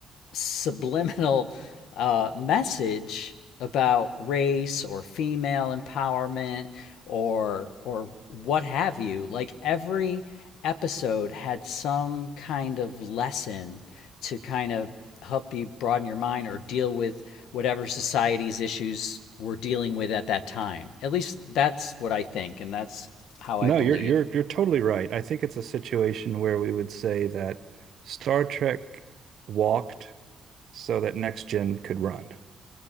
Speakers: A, on the left (about 85°); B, on the right (about 65°).
A: subliminal uh, message about race or female empowerment or or what have you. Like every episode had some kind of lesson to kind of help you broaden your mind or deal with whatever society's issues we're dealing with at that time. At least that's what I think, and that's how I
B: No,
A: believe
B: you're you're you're totally right. I think it's a situation where we would say that Star Trek walked so that next gen could run.